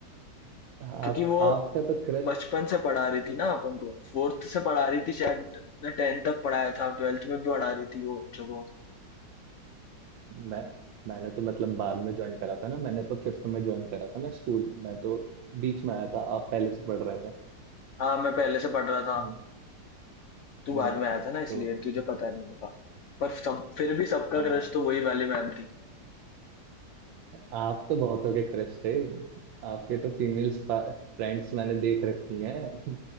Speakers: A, on the right; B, on the left.
A: आप
B: क्योंकि वो
A: आपका तो क्रश
B: बचपन से पढ़ा रही थी ना अपन को फोर्थ से पढ़ा रही थी शायद ने टेंथ तक पढ़ाया था ट्वेल्थ में भी पढ़ा रही थी वो बच्चों को
A: मैं मैंने तो मतलब बाद में ज्वाइन करा था ना मैंने तो फिफ्थ में ज्वाइन करा था ना स्कूल मैं तो बीच में आया था आप पहले से पढ़ रहे थे
B: हाँ मैं पहले से पढ़ रहा था
A: हम्म,
B: तू
A: हम्म,
B: बाद में आया था ना इसलिए
A: तो
B: तुझे पता नहीं होगा पर सब फिर भी सबका
A: हाँ
B: क्रश तो वही वाली मैम थी
A: आप तो बहुतों के क्रश थे आपके तो फीमेल फ्रेंड्स मैंने देख रखी हैं